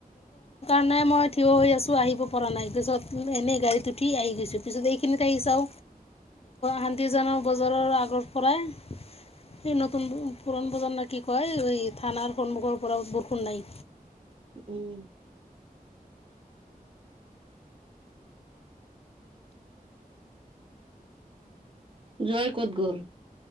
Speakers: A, on the left (about 40°); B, on the right (about 35°).
A: ানে মই থিয় হৈ আছো আহিব পৰা নাই তিছত এনে গাড়ীত উঠি আহি গৈছো পিছত এইখিনিতে আহিছাও শান্তিজক বজাৰৰ আগৰ পৰাই এই নতুন পুৰণ প্ৰজন কি কয় থানাৰ সন্মুখৰ পৰা বৰষুণ নাই
B: উম জয় ক'ত গ'ল